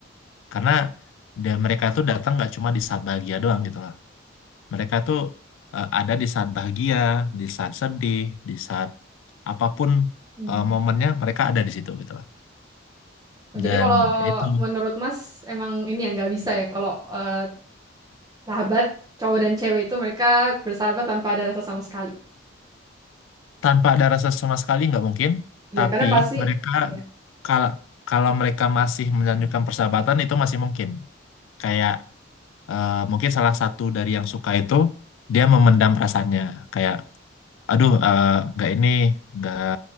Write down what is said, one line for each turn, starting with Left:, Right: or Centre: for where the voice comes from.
Left: Karena dia mereka tuh datang nggak cuma di saat bahagia doang gitu loh. Mereka tuh eh, ada di saat bahagia, di saat sedih, di saat apapun
Right: betul.
Left: eh, momennya mereka ada di situ gitu loh.
Right: Oh, Jadi
Left: Dan
Right: kalau
Left: ya itu
Right: menurut Mas emang ini yang nggak bisa ya kalau eh, sahabat cowok dan cewek itu mereka bersahabat tanpa ada rasa sama sekali.
Left: tanpa ada rasa sama sekali nggak mungkin
Right: Iya,
Left: tapi
Right: karena pasti
Left: mereka
Right: ya
Left: kalau kalau mereka masih melanjutkan persahabatan itu masih mungkin kayak eh, mungkin salah satu dari yang suka itu dia memendam perasaannya kayak aduh eh, nggak ini nggak